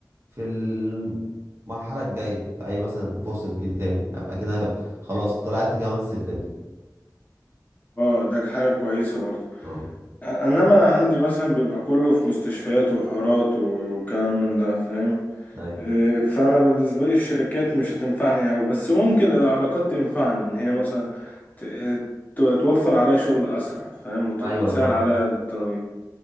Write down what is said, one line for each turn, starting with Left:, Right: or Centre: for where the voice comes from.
Right: في المرحله الجايه في اي مثلا فرصه تجيلي تاني ابقى كده خلاص طلعت كمان سلم
Left: اه ده حاجة كويسة برضه
Right: اه
Left: انما انا عندي مثلا بيبقى كله في مستشفيات وحوارات و- وكلام من ده فاهم
Right: ايوه
Left: إيه، فانا بالنسبه لي الشركات مش هتنفعني قوي بس ممكن العلاقات تنفعني ان هي مثلا ت- ت- توفر عليا شغل اسرع فاهم وت-
Right: ايوه
Left: وتسهل
Right: صح
Left: عليا الطريق